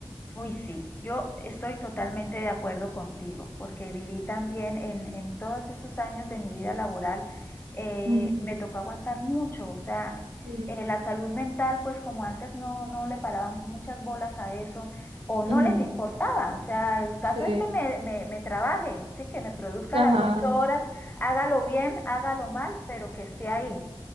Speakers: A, on the left; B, on the right.
A: Uy, sí, yo estoy totalmente de acuerdo contigo, porque viví también en, en todos esos años de mi vida laboral, eh,
B: Ujú,
A: me tocó aguantar mucho, o sea,
B: ujú,
A: eh, la salud mental, pues como antes no, no le paraban muchas bolas a eso, o no
B: ujú,
A: les importaba, o sea, el caso
B: Sí,
A: es que me, me, me trabaje, sí, que me produzca
B: ajá.
A: las ocho horas, hágalo bien, hágalo mal, pero que esté ahí